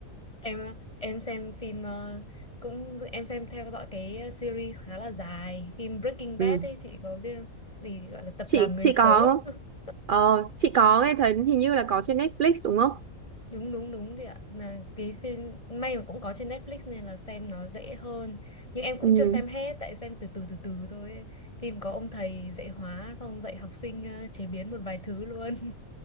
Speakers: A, on the left; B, on the right.
A: em em xem phim ờ, cũng em xem theo dõi cái series khá là dài phim Breaking Bad
B: ừ
A: ấy chị có biết không? gì gọi là tập
B: chị
A: làm người
B: chị
A: xấu
B: có không
A: <laughs>
B: ờ chị có nghe thấy hình như là có trên Netflix đúng không
A: đúng đúng đúng chị ạ là cái series, may mà cũng có trên Netflix nên là xem nó dễ hơn nhưng em cũng
B: ừ
A: chưa xem hết tại xem từ từ từ từ thôi ấy. phim có ông thầy dạy hóa xong dạy học sinh ờ, chế biến một vài thứ luôn